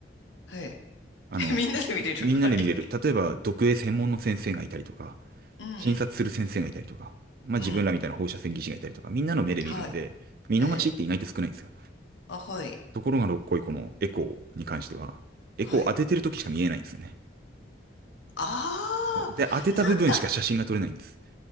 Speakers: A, on the left; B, on the right.
A: え
B: あの、
A: え。<laughs> みんなで見れる。
B: みんなで見れる。
A: はい。
B: 例えば読影専門の先生がいたりとか、
A: うん。
B: 診察する先生がいたりとか、まあ自分らみたいな放射線技師がいたりとか、
A: うん。
B: みんなの目で見るんで、
A: はい。
B: 見逃しって意外と少ないんですよ。
A: ええ。あ、はい。
B: ところがどっこいこのエコーに関しては、エコーを当ててる時しか見えないんですよね。
A: はい。ああ、
B: で、当てた部分しか写真が撮れないんです。
A: なんか、